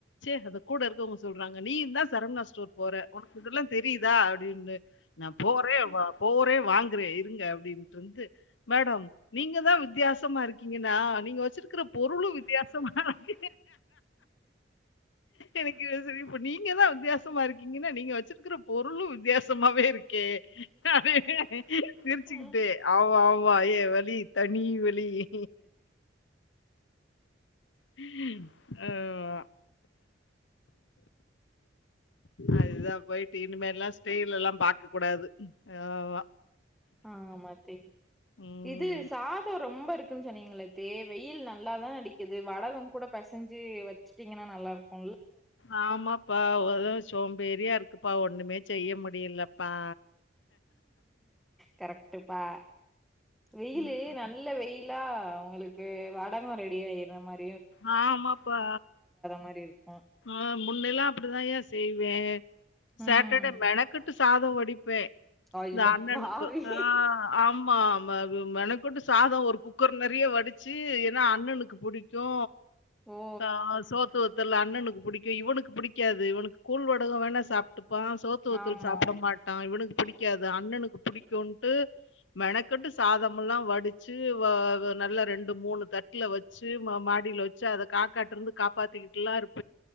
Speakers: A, on the left (about 85°); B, in the centre.
A: சேர் அங்க கூட இருக்கவங்க சொல்றங்க நீயுந்தா ச் சரவணாஸ் ஸ்டோர் போறே உனக்கிதெல்லா தேரிதா அப்டின்னு நான் போரே வா போ வாங்குறே இருங்க அப்படின்டு வந்து மேடம் நீங்க தான் வித்தியாசமா இருக்கீங்கன்னா நீங்க வச்ச க்கிற பொருளு வித்தியாசமாதான் <inaudible> எனக்கு இது சிரிப்பு இப்ப நீங்கதான் வந் வித்தியாசமா இருக்கீங்கன்னா நீங்க வச்சிருக்கிற பொருளும் வித்தியாசமாவே இருக்கு கே சிரிச்சுக்கிட்டே
B: ம்.
A: ஆமா ஆமா வா ஏ வலி தனி வலி லி ஆமா அதுதா பேயிட்டு இனிமேல்லா ஸ்டெயில்லா பாக்க கூடாது ஆமா
B: ஆமாத்தே
A: ம்
B: இது சாதோ ரொம்ப இருக் ம் சொன்னீங்களே தே வெயில் நல்லா தா அடிக்குது வடகம் கூட பெசஞ்சு வச்சுட்டீங்கனா நல்லாருக்கு
A: ஆமாப்பா ஒரே சோம்பேரியா இருக் க்குப்பா ஒண்ணுமே செய்ய முடியலப்பா
B: கரெக்ட்டுப்பா வெயிலு
A: ம்
B: நல்ல வெயில் கிளா உங்களுக்கு வடகோ ரெடி ஆயிற மாரி
A: ஆ ஆமாப்பா
B: மாரி இருக்கும்
A: ஆஹ் முன்னெல்லா அப்படிதான்யா செய்வ சாட்டர்டே
B: ம்
A: மெணக்கட்டு சாத து வடிப்பேன்
B: அட
A: இந்த அண்ணனுக்கு
B: பாவி
A: ஆஹ் ஆமா மெனக்கட்டு சாதம் ஒரு குக்கர் நிறைய வடிச்சு ஏன்னா அண்ணனுக்கு புடி கூ
B: ஓ
A: பா.. <unintelligible> தல்லா அண்ணனுக்கு பிடிக்கு இவனுக்கு புடிக்காது இவனுக்கு கூல் வடகம் வேணா சாப் துப்பா சோத்துவத்தல்
B: ஆமா
A: சாப்பிட மாட்டா இவனுக் பிடிக்காது அண்ணனுக்கு புடிக்குன்டு மெனக்கட்டு சாதமெல்ல வடிச்சு வ வ நல்லா ரெண்டு மூணு தட்டல வச்சு மா மாடியில வச்சு அதை காக்காட்டு இருந்து காப்பாத்திக்கிட்டுல்லாம் இருப்